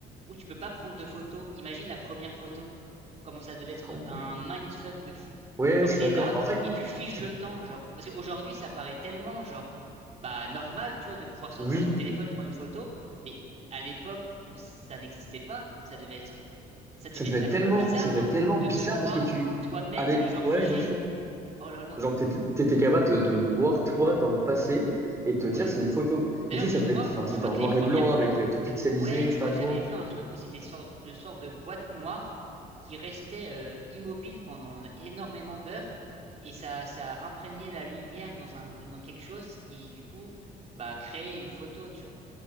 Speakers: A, on the right; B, on the right.
A: où tu peux pas prendre de photos. Imagine la première photo. comment ça devait être
B: Ah
A: un
B: ouais.
A: mindfuck de fou.
B: Ouais,
A: Genre,
B: je suis
A: t'es
B: d'accord.
A: là
B: En fait,
A: et tu figes
B: tu-
A: le temps, genre. Parce qu'aujourd'hui, ça paraît tellement, genre, bah, normal, tu vois, de pouvoir sortir
B: oui.
A: son téléphone, prendre une photo. Mais à l'époque où ça n'existait pas, ça devait être, ça devait
B: Ça devait
A: faire
B: être tellement,
A: trop bizarre,
B: ça devait
A: genre,
B: être tellement
A: de
B: bizarre
A: te voir
B: parce que tu
A: toi-même,
B: allez,
A: mais genre
B: ouais,
A: figé.
B: de fou.
A: Oh là là,
B: Genre, t'étais t'étais capable de, de voir toi dans le passé et te
A: ouais.
B: dire c'est une photo.
A: D'ailleurs,
B: Mais tu
A: je
B: sais, ça
A: crois,
B: devait être, enfin,
A: je
B: c'était
A: crois
B: en
A: que
B: noir
A: les premières
B: et blanc
A: photos,
B: hein, avec euh, tout pixelisé,
A: ouais, je
B: pas
A: crois que
B: beau.
A: j'avais vu un truc où c'était sor- de sortes de boîtes noires qui restaient euh, immobiles pendant énormément d'heures et ça, ça imprégnait la lumière dans un, dans quelque chose qui, du coup, bah, créait une photo, tu vois.